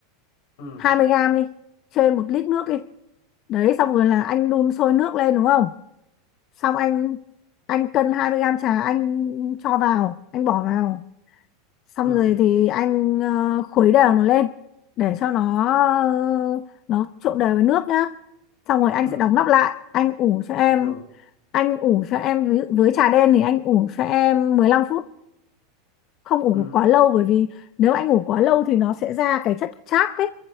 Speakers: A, on the left; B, on the left.
A: ừ,
B: 20 gram đi trên một lít nước đi đấy xong rồi là anh đun sôi nước lên đúng không xong anh anh cân 20 gram trà anh cho vào anh bỏ vào xong
A: ừ,
B: rồi thì anh ờ, khuấy đều nó lên để cho nó ờ, nó trộn đều với nước nhá xong rồi anh
A: ừ,
B: sẽ đóng nắp lại anh ủ cho em
A: rồi,
B: anh ủ cho em ví dụ với trà đen thì anh ủ cho em mười lăm phút không ủ
A: ừ,
B: quá lâu bởi vì nếu anh ủ quá lâu thì nó sẽ ra cái chất chát ấy